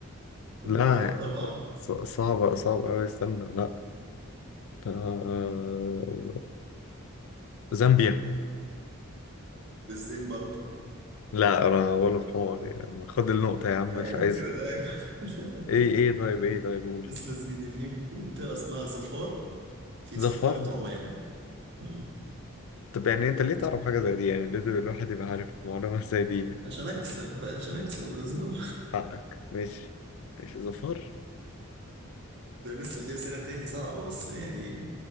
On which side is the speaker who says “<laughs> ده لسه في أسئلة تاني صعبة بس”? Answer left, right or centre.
Right